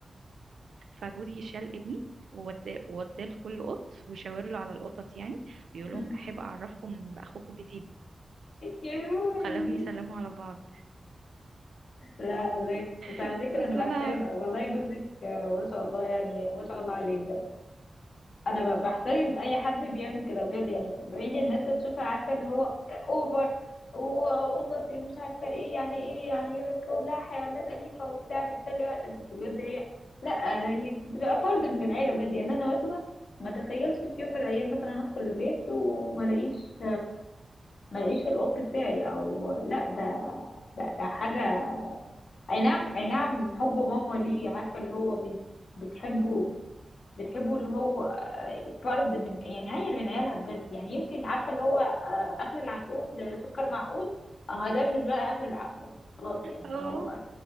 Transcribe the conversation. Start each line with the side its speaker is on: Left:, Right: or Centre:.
Right: فجوزي شال ابني ووداه ووداه لكل قط وشاور له على القطط يعني بيقول لهم
Left: <laughs>
Right: احب اعرفكم باخوكم الجديد
Left: يا روحي
Right: وخلاهم يسلموا على بعض
Left: لا والله بس على
Right: بس
Left: فكرة أنا بحترم
Right: انا
Left: والله جوزك آه، ما شاء الله يعني ما شاء الله عليه بجد انا ب- بحترم اي حد بيعمل كده بجد يعني بعيد الناس اللي تشوفها عارفه اللي هو اوفر وقطط مش عارفه ايه يعني ايه يعني كلها حيوانات اليفه وبتاع بتسلي وقتك بس بجد هي لا هي بتبقى فرد من العيله بجد يعني انا مثلا ما تخيلش في يوم من الايام مثلا ادخل البيت وما الاقيش ما الاقيش القط بتاعي او لا ده ده ده حاجه اي نعم اي نعم حب ماما ليه عارفه اللي هو بي- بتحبه بتحبه اللي هو آه، فرد من يعني عيل من عيالها بجد يعني يمكن عارفه اللي هو آه، اخر العنقود آه، سكر معقود اه ده بالنسبه لها اخر العنقود خلاص يعني
Right: اه
Left: هو